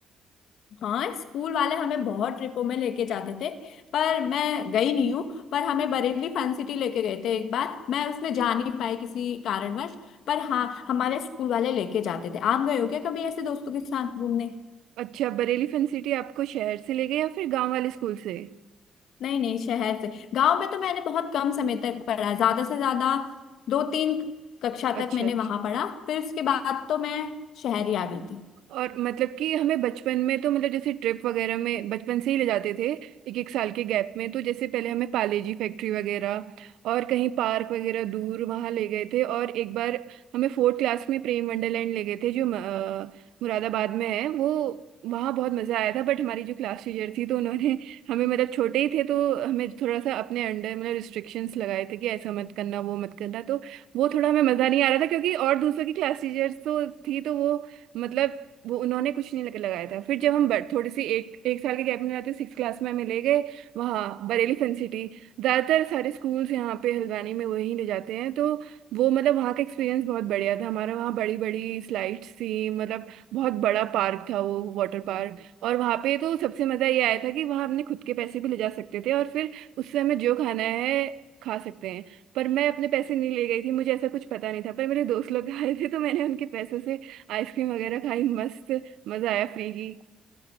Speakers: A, on the left; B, on the right.
A: हाँ स्कूल वाले हमें बहुत ट्रिपों में लेके जाते थे पर मैं गई नहीं हूँ पर हमें बरेली फन सिटी लेके गए थे एक बार मैं उसमें जा नहीं पाई किसी कारणवश पर हाँ हमारे स्कूल वाले लेके जाते थे आप गए हो क्या कभी ऐसे दोस्तों के साथ घूमने
B: अच्छा बरेली फन सिटी आपको शहर से ले गए या फिर गांव वाले स्कूल से
A: नहीं नहीं शहर से गांव में तो मैंने बहुत कम समय तक पढ़ा ज्यादा से ज्यादा दो तीन कक्षा
B: अच्छा
A: तक मैंने
B: अच्छा
A: वहां पढ़ा फिर उसके बाद तो मैं शहर ही आ गई थी
B: और मतलब कि हमें बचपन में तो मतलब जैसे ट्रिप वगैरह में बचपन से ही ले जाते थे एक एक साल के गैप में तो जैसे पहले हमें पाले जी फैक्ट्री वगैरह और कहीं पार्क वगैरह दूर वहाँ ले गए थे और एक बार हमें फोर्थ क्लास में प्रेम वंडरलैंड ले गए थे जो अ, मुरादाबाद में है वो वहाँ बहुत मज़ा आया था बट हमारी जो क्लास टीचर थी तो उन्होंने <laughs> हमें मतलब छोटे ही थे तो हमें थोड़ा सा अपने अंडर मतलब रिस्ट्रिक्शंस लगाए थे कि ऐसा मत करना वो मत करना तो वो थोड़ा हमें मज़ा नहीं आ रहा था क्योंकि और दूसरों की क्लास टीचर्स तो थी तो वो मतलब वो उन्होंने कुछ नहीं लग- लगाया था फिर जब हम बर- थोड़ी सी एक एक साल के गैप में जाते सिक्स क्लास में हमें ले गए वहाँ बरेली फन सिटी ज़्यादातर सारे स्कूल्स यहाँ पे हल्द्वानी में वहीं ले जाते हैं तो वो मतलब वहाँ का एक्सपीरियंस बहुत बढ़िया था हमारा वहाँ बड़ी बड़ी स्लाइड्स थी मतलब बहुत बड़ा पार्क था वो वाटर पार्क और वहाँ पे तो सबसे मज़ा ये आया था कि वहाँ अपने खुद के पैसे भी ले जा सकते थे और फिर उससे हमें जो खाना है खा सकते हैं पर मैं अपने पैसे नहीं ले गई थी मुझे ऐसा कुछ पता नहीं था पर मेरे दोस्त लोग आए थे तो मैंने उनके पैसों से आइसक्रीम वगैरह खाई मस्त मजा आया फ्री की